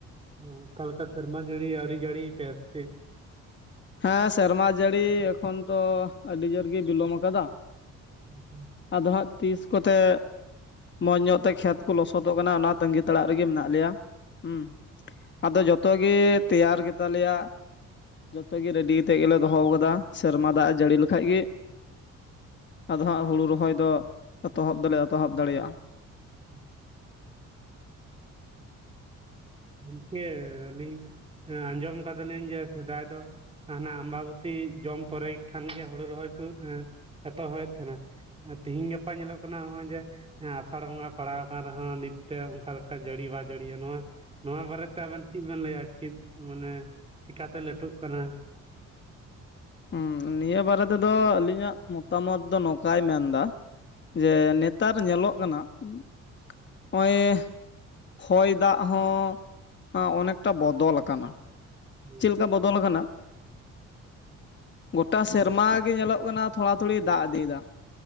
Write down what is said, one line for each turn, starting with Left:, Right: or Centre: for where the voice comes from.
Right: ᱚᱝᱠᱟ ᱞᱮᱠᱟ ᱥᱮᱨᱢᱟ ᱡᱟ. ᱲᱤ ᱟ. ᱣᱨᱤ ᱡᱟᱹᱲᱤ ᱛᱟᱭᱟ ᱥᱮ ᱪᱮᱫ
Left: ᱦᱮᱸ ᱥᱮᱨᱢᱟ ᱡᱟᱹᱲᱤ ᱮᱠᱷᱚᱱ ᱛᱚ ᱟᱹᱰᱤ ᱡᱳᱨ ᱜᱮ ᱵᱤᱞᱚᱢ ᱟᱠᱟᱫᱟ
Right: <inaudible>
Left: ᱟᱫᱚ ᱦᱟᱸᱜ ᱛᱤᱥ ᱠᱚᱛᱮ ᱢᱚᱸᱡᱽ ᱧᱚᱜ ᱛᱮ ᱠᱷᱮᱛ ᱠᱚ ᱞᱚᱥᱚᱫᱚᱜ ᱠᱟᱱᱟ ᱚᱱᱟ ᱛᱟᱸᱜᱤ ᱛᱟᱲᱟᱜ ᱨᱮᱜᱮ ᱢᱮᱱᱟᱜ ᱞᱮᱭᱟ ᱦᱩᱸ ᱟᱫᱚ ᱡᱚᱛᱚ ᱜᱮ ᱛᱮᱭᱟᱨ ᱜᱮᱛᱟᱞᱮᱭᱟ ᱡᱚᱛᱚ ᱜᱮ ᱨᱮᱰᱤ ᱠᱟᱛᱮᱫ ᱜᱮᱞᱮ ᱫᱚᱦᱚ ᱟᱠᱟᱫᱟ ᱥᱮᱨᱢᱟ ᱫᱟᱜ ᱮ ᱡᱟᱹᱲᱤ ᱞᱮᱠᱷᱟᱡ ᱜᱮ ᱟᱫᱚ ᱦᱟᱸᱜ ᱦᱩᱲᱩ ᱨᱚᱦᱚᱭ ᱫᱚ ᱮᱛᱚᱦᱚᱵ ᱫᱚᱞᱮ ᱮᱛᱚᱦᱚᱵ ᱫᱟᱲᱮᱭᱟᱜᱼᱟ
Right: <inaudible> ᱜᱚᱢᱠᱮ ᱟᱹᱞᱤᱧ ᱟᱸᱡᱚᱢ ᱠᱟᱫᱟᱞᱤᱧ ᱡᱮ ᱥᱮᱫᱟᱭ ᱫᱚ ᱦᱟᱱᱟ ᱟᱢᱵᱟᱵᱛᱤ ᱡᱚᱢ ᱯᱚᱨᱮ ᱠᱷᱟᱱᱜᱮ ᱦᱩᱲᱩ ᱨᱚᱦᱚᱭ ᱠᱚ ᱮᱛᱚᱦᱚᱵᱮᱫ ᱛᱟᱦᱮᱸᱱᱟ ᱛᱤᱦᱮᱧ ᱜᱟᱯᱟ ᱧᱮᱞᱚᱜ ᱠᱟᱱᱟ ᱦᱚᱸᱜᱼᱚᱭ ᱡᱮ ᱦᱮᱸ ᱟᱥᱟᱲ ᱵᱚᱸᱜᱟ ᱯᱟᱲᱟᱣ ᱟᱠᱟᱱ ᱨᱮᱦᱚᱸ ᱱᱤᱛ ᱛᱮ ᱚᱱᱠᱟ ᱞᱮᱠᱟ ᱡᱟᱹᱲᱤ ᱵᱟᱭ ᱡᱟ. ᱲᱤᱭᱟ ᱱᱚᱣᱟ ᱱᱚᱣᱟ ᱵᱟᱨᱮᱛᱮ ᱟᱵᱮᱱ ᱪᱮᱫ ᱵᱮᱱ ᱞᱟᱹᱭᱟ ᱪᱮᱫ ᱢᱟᱱᱮ ᱪᱤᱠᱟᱛᱮ ᱞᱟᱹᱴᱩᱜ ᱠᱟᱱᱟ
Left: ᱦᱩᱸᱱᱤᱭᱟᱹ ᱵᱟᱨᱮ ᱛᱮᱫᱚ ᱟᱞᱤᱧᱟᱜ ᱢᱚᱛᱟᱢᱚᱛ ᱫᱚ ᱱᱚᱝᱠᱟᱭ ᱢᱮᱱ ᱫᱟ ᱡᱮ ᱱᱮᱛᱟᱨ ᱧᱮᱞᱚᱜ ᱠᱟᱱᱟ ᱱᱚᱜᱼᱚᱭ ᱦᱚᱭ ᱫᱟᱜ ᱦᱚᱸ ᱚᱱᱮᱠᱴᱟ ᱵᱚᱫᱚᱞ ᱠᱟᱱᱟ
Right: ᱦᱩᱸ ᱦᱩᱸ
Left: ᱪᱮᱫ ᱞᱮᱠᱟ ᱵᱚᱫᱚᱞ ᱠᱟᱱᱟ ᱜᱚᱴᱟ ᱥᱮᱨᱢᱟ ᱜᱮ ᱧᱮᱞᱚᱜ ᱠᱟᱱᱟ ᱛᱷᱚᱲᱟ ᱛᱷᱚᱲᱤ ᱫᱟᱜ ᱤᱫᱤᱭᱮᱫᱟ